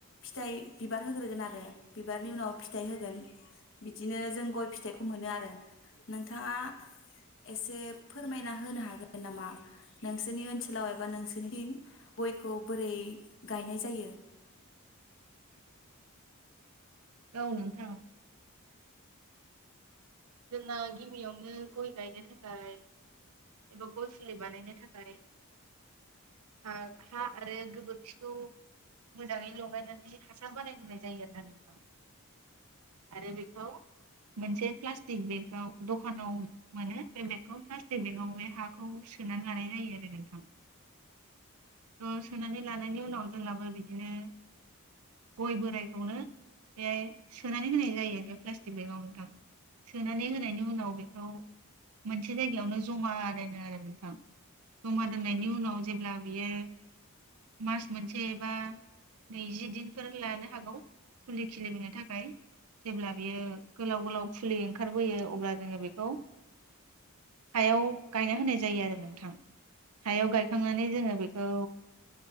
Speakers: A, on the left; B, on the right.
A: फिथाइ बिबार होग्रोगोन आरो बिबारनि उनाव फिथाइ होगोन बिदिनो जों गय फिथाइखौ मोनो आरो नोंथाङा एसे फोरमायना होनो हागोन नामा नोंसोरनि ओनसोलाव एबा नोंसोरनिथिं गयखौ बोरै गायनाय जायो?
B: औ नोंथां। जोंना गिबियावनो गय गायनो थाखाय एबा गय फुलि बानायनो थाखाय हा हा आरो गोबोरखिखौ मोजाङै लगायनानै हासार बानायग्रोनाय जायो आरोना बेखौ आरो बेखौ मोनसे प्लास्त तिग बे दखानाव मोनो बे बेगखौ प्लास्टिक बेगाव बे हाखौ खौ सोनानै लानाय जायो आरो नोंथां। ओ सोनानै लानायनि उनाव जोंनाबो बिदिनो गय बोराइखौनो बेहाय सोनानै होनाय जायो बे प्लास्टिक बेगाव नोंथां। सोनानै होनायनि उनाव बेखौ मोनसे जायगायावनो जमा दोनो आरो नोंथां जमा दोननायनि उनाव जेब्ला बियो मास मोनसे एब बा नैजि दिनफोर लानो हागौ। फुलि खिलिबनो थाखाय। जेब्ला बियो गोलाव गोलावफु इ ओंखारबोयो अब्ला जोङो बेखौ हायाव गायना होनाय जायो आरो नोंथां हायाव गायखांनानै जोङो बेखौ